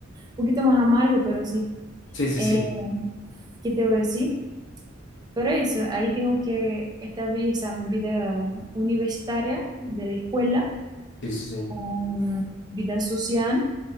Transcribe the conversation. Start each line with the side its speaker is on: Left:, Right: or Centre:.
Right: poquito más amargo, pero sí.
Left: sí, sí,
Right: Eh,
Left: sí.
Right: ¿qué te voy a decir? Pero eso, ahí tengo que estabilizar mi vida universitaria de la escuela
Left: Sí, sí, sí.
Right: con mi vida social.